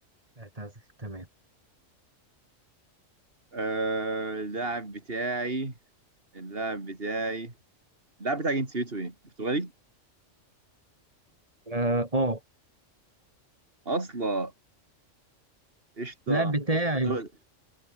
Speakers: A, on the right; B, on the right.
A: اعتزل تمام
B: آه اللاعب بتاعي اللاعب بتاعي اللاعب بتاع جنسيته ايه برتغالي
A: اه آه.
B: اصلا قشطه
A: اللاعب بتاعي
B: قشطه طب